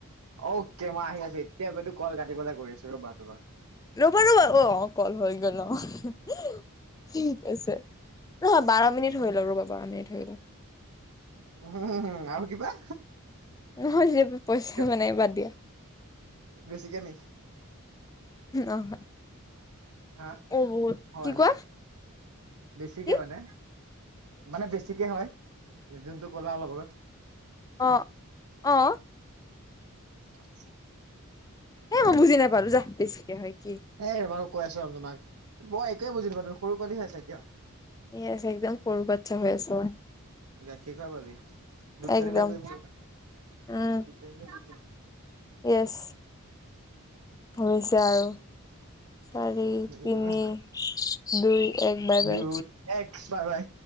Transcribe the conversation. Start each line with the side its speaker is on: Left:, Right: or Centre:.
Right: অকে মই আহি আছো এতিয়া ব ত কল কাটিবেললৈ কৰি আছো ৰ'ব তোমাৰ।
Left: ৰ'বা ৰবা অ', অ', কল হৈ গ'ল। ঠিক আছে নহয় বাৰ মিনিট হৈ লওঁ ৰ'বা বাৰ মিনিট লওঁক।
Right: উম, উম আৰু আৰু কিবা।
Left: নহয় যে পইচা
Right: কিয়
Left: মানে বাদ দিয়া।
Right: বেছিকে ন'।
Left: অ',
Right: হা।
Left: অ', বত
Right: হয়
Left: কি কোৱা?
Right: হয় বেছিকে
Left: কি
Right: মানে মানে বেছিকে হয় যোনটো কলা অলপ আত
Left: অ', অ'।
Right: আতছা।
Left: হে মই বুজি নাপালো য বেছিকে হয় কি
Right: এ বাৰু কৈ আছো ৰম তোমাক মই একোৱে বুজি নাপাওঁ তুমি সৰু পাৱালী হৈ আছা এতিয়া।
Left: ই একদম সৰু বাচ্ছা হৈ আছো মই।
Right: গাখীৰ খোৱা পালি গপান
Left: একদম
Right: গৈ
Left: উম,
Right: দোকানীলৈ গৈ
Left: য়েচ। হৈছে আৰু চাৰি,
Right: উম
Left: তিনি, দুই একবাৰ
Right: দুই
Left: বে
Right: এক বাই, বাই।